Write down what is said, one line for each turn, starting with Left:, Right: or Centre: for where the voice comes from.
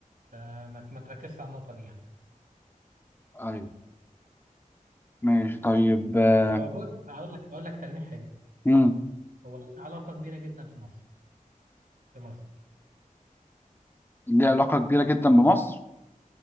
Right: فما ما تركزش على النقطه دي يعني
Left: ايوه ماشي طيب آه
Right: هو بص اقول لك اقول لك تلميح حلو
Left: مم.
Right: هو ليه علاقه كبيره جدا في مصر في مصر
Left: ليه علاقة كبيرة جدا بمصر؟